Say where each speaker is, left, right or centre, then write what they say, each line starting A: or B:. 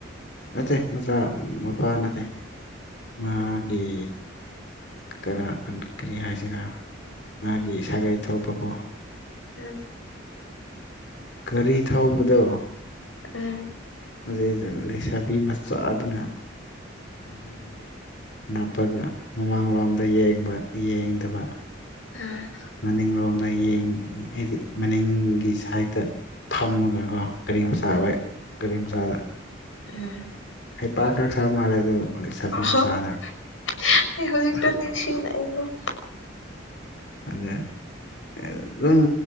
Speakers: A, on the left; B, on the left.
A: ꯅꯠꯇꯦ ꯃꯆꯥ ꯃꯄꯥ ꯅꯠꯇꯦ ꯃꯥꯒꯤ ꯀꯩꯅ‌ꯣ ꯀꯔꯤ ꯍꯥꯏꯁꯤꯔꯥ ꯃꯥꯒꯤ ꯁꯥꯒꯩ ꯊꯣꯛꯄꯀ‌ꯣ
B: ꯎꯝ
A: ꯒꯥꯔꯤ ꯊꯧꯕꯗꯣ
B: <unintelligible>
A: ꯑꯗꯨꯗ ꯂꯩꯁꯥꯕꯤ ꯃꯆꯥ ꯑꯗꯨ ꯑꯗꯨꯅ ꯃꯅꯤꯡꯗ ꯅꯞꯄꯒ ꯃꯃꯥꯡꯂꯣꯝꯗ ꯌꯦꯡꯕ ꯌꯦꯡꯗꯕ
B: ꯎꯝ
A: ꯃꯅꯤꯡꯂꯣꯝꯗ ꯌꯦꯡ ꯑꯩꯗꯤ ꯃꯅꯤꯡꯒꯤ ꯁꯥꯏꯠꯇ ꯊꯝꯃꯒꯀꯣ ꯒꯥꯔꯤ ꯃꯆꯥ
B: ꯎꯝ
A: ꯍꯣꯏ ꯒꯥꯔꯤ ꯃꯆꯥꯗ
B: ꯎꯝ
A: ꯍꯩꯄꯥꯛꯥꯛ ꯈꯔ ꯈꯔꯕ ꯃꯥꯜꯂꯦ ꯑꯗꯨꯛ ꯁꯥꯐꯤ
B: ꯑꯍꯣ
A: ꯃꯆꯥꯗ
B: ꯑꯩ ꯍꯧꯖꯤꯛꯁꯤ ꯑꯩꯕꯨꯣ
A: ꯑꯗ ꯑꯗꯨꯝ